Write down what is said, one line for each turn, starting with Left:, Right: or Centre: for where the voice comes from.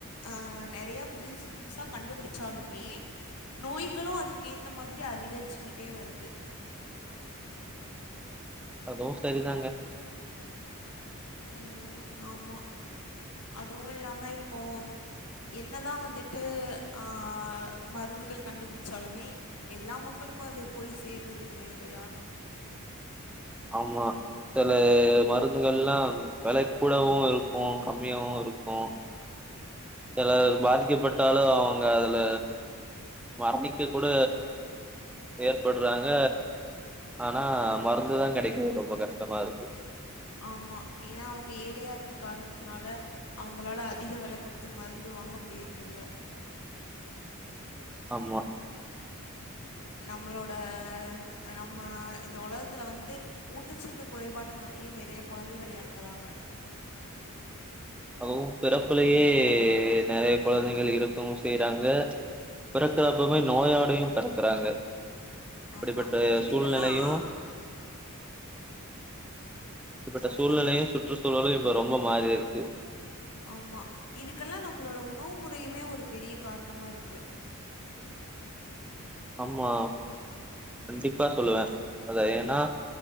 Left: ஆ நறைய புது துசு புதுசா கண்டுப்புடிச்சாலுமே நோய்களு அதுக்கேத்த மாதிரி அதிகரிச்சிக்கிட்டே வருது
Centre: அதுவு சரிதாங்க
Left: ம் ஆமா அதுவு இல்லாம இப்போ என்னதா வந்துட்டு ஆ மருந்துகள் கண்டுப்புடிச்சாலுமே எல்லா மக்கள் க்கு அது போய் சேர்றதில்லே இல்லையா
Centre: ஆமா சில மருந்துகள்ல்லாம் வெல கூடவு இருக்கு கம்மியாவு இருக்கு சிலர் பாதிக்கப்பட்டாலு அவங்க அதுல மரதிக்குக் கூட ஏற்பட்றாங்க ஆனா மருந்துதா கெடைக்க ரொம்ப கஸ்ட்டமா இருக்கு
Left: ஆமா ஏன்னா அவங்க ஏழையா இருக்கக் காரணத்தினால அவுங்களால அதிக வெல குடுத்து மருந்து வாங்க முடியற்தில்ல
Centre: மா
Left: நம்மளோட அ நம்ம இந்த ஒலகத்துல வந்து ஊட்டச்சத்து குறைப்பாட்னால் ய நெறைய கொழந்தைகள் எறக்குறாங்க
Centre: அதுவு பிறப்புலயே நெறைய கொழந்தைகள் இறக்கவு செய்றாங்க பிறக்குறப்பவ்மே நோயடையு பெறக்குறாங்க அப்டிப்பட்ட
Left: ஆமா இதுக்கெல்லாம்
Centre: சூழ்நெலையு இப்டிப்பட்ட
Left: சொல்லுங்க
Centre: சூழ்நிலையு சுற்றுச்சூழலு இப்ப ரொம்ப மாரிருக்கு
Left: ஆமா இதுக்கெல்லா நம்மளோட உணவு முறையுமே ஒரு பெரிய காரணமா இருக்கு
Centre: ஆமா கண்டிப்பா சொல்லுவ அத ஏனா